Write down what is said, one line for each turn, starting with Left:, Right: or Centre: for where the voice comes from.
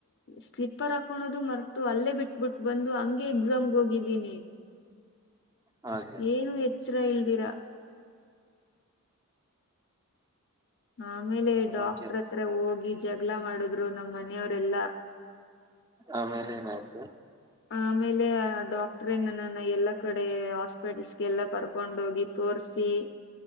Left: ಸ್ಲಿಪರ್ ಹಾಕೋಳೋದು ಮರ್ತು ಅಲ್ಲೇ ಬಿಟ್ಬ ಬಿಟ್ ಬಂದು ಅಮ ಎಕ್ಸಾಮ್ಗೆ ಹೋಗಿದ್ದೀನಿ
Right: ಹಾಗೆ
Left: ಏನು ಎಚ್ಚರ ಇಲ್ದಿರಾ ಆಮೇಲೆ
Right: ಹಾಗೆ
Left: ಡಾಕ್ಟರ್ ಹತ್ರ ಹೋಗಿ ಜಗ್ಗಳ ಮಾಡುದ್ರು ನಮ್ಮ್ ಮನೆಯವರೆಲ್ಲಾ
Right: ಆಮೇಲೆ ಏನಾಯ್ತು
Left: ಆಮೇಲೆ ಡಾಕ್ಟ್ರೇ ನನ್ನನ್ನ ಎಲ್ಲಾ ಕಡೆ ಹಾಸ್ಪಿಟಲ್ಸ್ಗೆಲ್ಲಾ ಕರ್ಕೊಂಡ ಹೋಗಿತ್ತು ತೋರ್ಸಿ